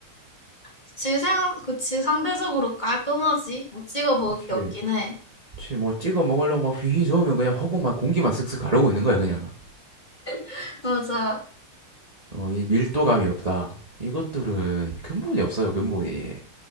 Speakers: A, on the left; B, on the right.
A: 그치, 생, 그치, 상대적으로 깔끔하지. 못 찍어 먹을
B: 그렇지.
A: 게 없긴 해.
B: 그치, 뭐 찍어 먹으려고 막 휘휘 저으면 그냥 허공만 공기만 슥슥 가르고 있는 거야 그냥
A: <laughs> 맞아.
B: 어, 이 밀도감이 없다 이것들은 근본이 없어요 근본이